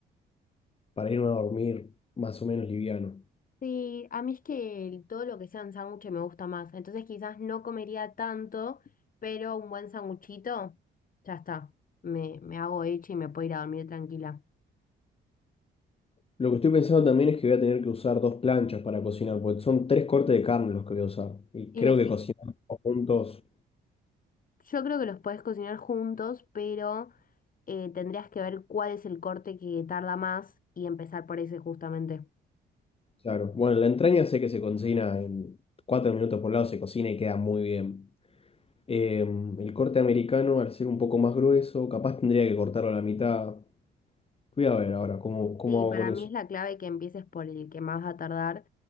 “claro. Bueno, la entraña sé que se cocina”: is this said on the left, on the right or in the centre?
Left